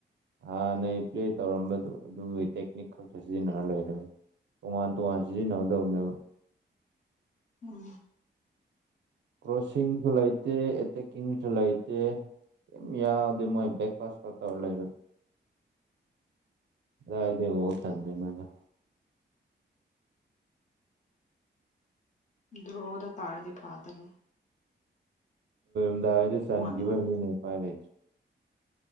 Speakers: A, on the right; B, on the left.
A: ꯍꯥꯟ ꯅꯣꯏ ꯄ꯭ꯂꯦ ꯇꯧꯔꯝꯕꯗꯨ ꯑꯗꯨꯒꯤ ꯇꯦꯛꯅꯤꯛ ꯈꯛꯇ ꯁꯤꯖꯤꯟꯅꯔ ꯂꯩꯔꯦ ꯇꯣꯉꯥꯟ ꯇꯣꯉꯥꯟ ꯁꯤꯖꯤꯟꯅꯒꯗꯕꯅꯦꯕ
B: ꯎꯝ
A: ꯀ꯭ꯔꯣꯁꯤꯡꯁꯨ ꯂꯩꯇꯦ ꯑꯦꯇꯦꯛꯀꯤꯡꯁꯨ ꯂꯩꯇꯦ ꯌꯥꯗ ꯃꯣꯏ ꯭ꯔꯦꯛꯐꯥꯁ ꯇꯔ ꯂꯩꯔ
B: <unintelligible>
A: ꯑꯗꯤ ꯆ ꯃꯗ
B: ꯗ꯭ꯔꯣꯗ ꯇꯥꯔꯥꯗꯤ ꯐꯥꯗꯕ
A: ꯝꯗ ꯍꯥꯏꯗꯤ ꯁꯥꯟꯒꯤꯕ
B: ꯋꯥꯟ ꯋꯥꯟ
A: ꯄ ꯂꯩ